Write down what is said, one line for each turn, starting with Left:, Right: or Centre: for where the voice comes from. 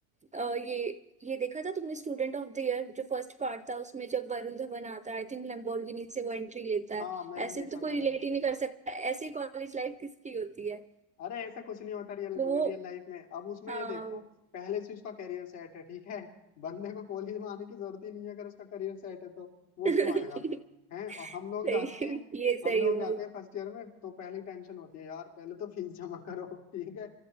Right: अ, ये ये देखा था तुमने स्टूडेंट ऑफ द ईयर जो फर्स्ट पार्ट था उसमें जब वरुण धवन आता है आई थिंक लैम्बोर्गिनी से वो एंट्री लेता है
Left: हाँ मैंने
Right: ऐसे
Left: देखा
Right: तो कोई
Left: था वो
Right: रिलेट ही नहीं कर सकता ऐसी कॉलेज लाइफ किसकी होती है
Left: अरे ऐसा कुछ नहीं होता रियल
Right: तो वो
Left: रियल लाइफ में अब उसमें
Right: हाँ
Left: ये देखो पहले से उसका करियर सेट है ठीक है बंदे को कॉलेज में आने की जरूरत ही नहीं है अगर उसका करियर सेट है तो वो
Right: <laughs> सही
Left: क्यों आएगा हैं और हम लोग
Right: ये
Left: जाते हैं
Right: सही
Left: हम लोग
Right: हुआ
Left: जाते हैं फर्स्ट ईयर में तो पहली टेंशन होती है यार पहले तो फीस जमा करो ठीक है